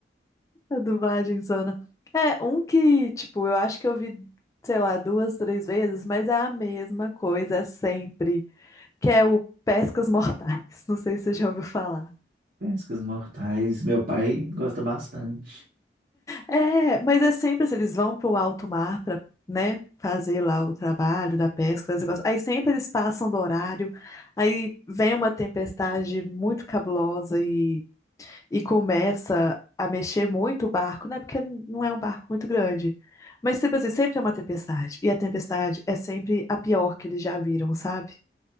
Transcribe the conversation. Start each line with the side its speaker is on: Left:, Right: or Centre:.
Left: A dublagem zona. É, um que, tipo, eu acho que eu vi, sei lá, duas, três vezes, mas é a mesma coisa é sempre. que é o Pescas Mortais. Não sei se você já ouviu falar.
Right: Pescas mortais, meu pai gosta bastante.
Left: É, mas é sempre assim, eles vão para o alto mar para, né, fazer lá o trabalho da pesca, fazer esse negócio. Aí sempre eles passam do horário, aí vem uma tempestade muito cabulosa e, e começa a mexer muito o barco, né? Porque não é um barco muito grande. Mas tipo assim, sempre é uma tempestade. E a tempestade é sempre a pior que eles já viram, sabe?